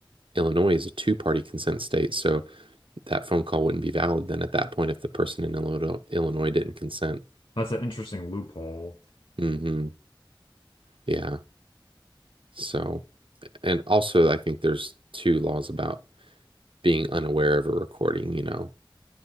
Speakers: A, on the right; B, on the left.
A: Illinois is a two party consent state. So that phone call wouldn't be valid then at that point if the person in Illinois, didn't consent.
B: that's an interesting loophole.
A: Mm-hmm. Yeah. So, and also, I think there's two laws about being unaware of a recording, you know,